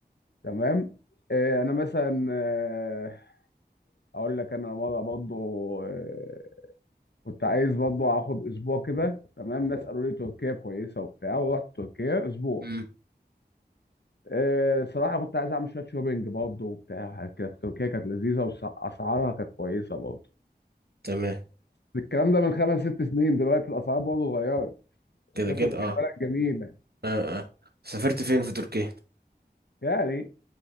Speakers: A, on the left; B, on the right.
A: تمام آه، انا مثلا آه، اقول لك انا مره برضو آه، كنت عايز برضو اخد اسبوع كده تمام ناس قالوا لي تركيا كويسه وبتاع ورحت تركيا اسبوع
B: أمم،
A: آه، صراحه كنت عايز اعمل شويه شوبينج برضو وبتاع وحاجات كده في تركيا كانت لذيذه واسعارها كانت كويسه برضو
B: تمام
A: الكلام ده من خمس ست سنين دلوقتي الاسعار برضو اتغيرت
B: كده
A: بس هي
B: كده
A: تركيا
B: اه
A: بلد جميله
B: اه اه سافرت فين في تركيا
A: يعني